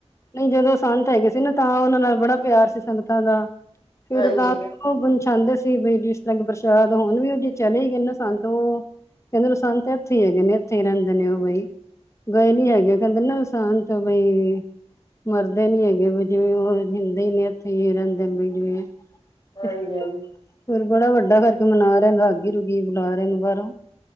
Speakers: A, on the left (about 25°); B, on the left (about 40°).
A: ਨਈ ਜਦੋਂ ਸੰਤ ਹੈਗੇ ਸੀ ਨਾ, ਤਾਂ ਉਹਨਾਂ ਨਾਲ ਬੜਾ ਪਿਆਰ ਸੀ ਸੰਗਤਾਂ ਦਾ, ਫਿਰ
B: ਹਾਂਜੀ
A: ਤਾਂ ਉਹ ਬਣਛਾਂਦੇ ਸੀ ਬਈ ਜਿਸ ਤਰ੍ਹਾਂ ਕੀ ਪਰਸ਼ਾਦ, ਹੁਣ ਵੀ, ਉਹ ਜੇ ਚਲੇ ਗਏ ਨਾ ਸੰਤ ਉਹ ਕਹਿੰਦੇ ਨੇ ਓ ਸੰਤ ਇੱਥੇ ਹੈਗੇ ਨੇ, ਇੱਥੇ ਈ ਰਹਿੰਦੇ ਨੇ ਉਹ ਬਈ। ਗਏ ਨੀ ਹੈਗੇ, ਕਹਿੰਦੇਨ ਨਾ ਸੰਤ ਬਈ ਮਰਦੇ ਨੀ ਹੈਗੇ, ਵੀ ਜਿਵੇਂ ਉਹ, ਜੀੰਦੇ ਈ ਨੇ ਐਥੇ ਈ ਰਹਿੰਦੇਨ ਬਈ ਜਿਂਵੇ
B: ਹਾਂਜੀ
A: ਫੇਰ
B: ਹਾਂਜੀ
A: ਬੜਾ ਵੱਡਾ ਕਰਕੇ ਮਨਾ ਰਹੇ ਨੇ, ਰ੍ਹਾਗੀ-ਰ੍ਹਗੀ ਬੁਲਾ ਰਹੇ ਨੇ ਬਾਹਰੋਂ।